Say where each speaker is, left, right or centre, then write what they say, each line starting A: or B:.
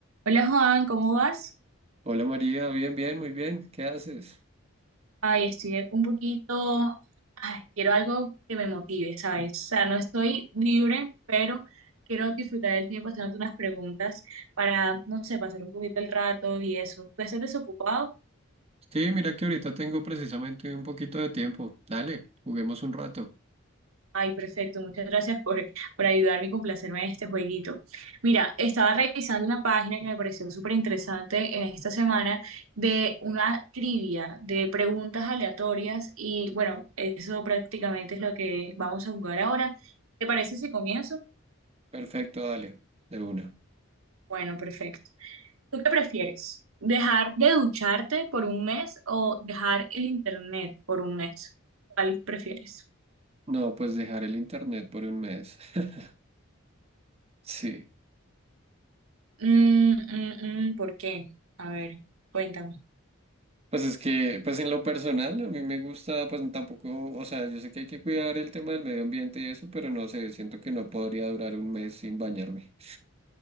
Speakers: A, on the right (about 75°); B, on the right (about 30°).
A: Hola Juan, ¿cómo vas?
B: Hola María, bien, bien, muy bien. ¿Qué haces?
A: Ay, estoy un poquito, ay, quiero algo que me motive, ¿sabes? O sea, no estoy libre, pero quiero disfrutar del tiempo haciéndote unas preguntas para, no sé, pasar un poquito el rato y eso. ¿Tú estás desocupado?
B: Sí, mira que ahorita tengo precisamente un poquito de tiempo. Dale, juguemos un rato.
A: Ay, perfecto, muchas gracias por, por ayudarme y complacerme en este jueguito. Mira, estaba revisando una página que me pareció súper interesante en esta semana de una trivia de preguntas aleatorias y bueno, eso prácticamente es lo que vamos a jugar ahora. ¿Te parece si comienzo?
B: Perfecto, dale, de una.
A: Bueno, perfecto. ¿Tú qué prefieres? ¿Dejar de ducharte por un mes o dejar el internet por un mes? ¿Cuál prefieres?
B: No, pues dejar el internet por un mes. <laughs> Sí.
A: Mm, mm, mm, ¿por qué? A ver, cuéntame.
B: Pues es que, pues en lo personal, a mí me gusta, pues tampoco, o sea, yo sé que hay que cuidar el tema del medio ambiente y eso, pero no sé, siento que no podría durar un mes sin bañarme.